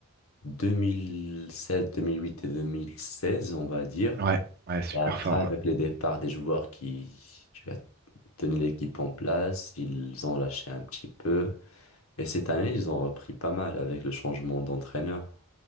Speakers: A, on the left; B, on the right.
A: 2007, 2008 et 2016, on va dire.
B: Ouais, ouais, super
A: Et après,
B: fort.
A: avec
B: Ouais,
A: le départ des joueurs qui, tu as tenu l'équipe en place, ils ont lâché un petit peu. Et cette année, ils ont repris pas mal avec le changement d'entraîneur.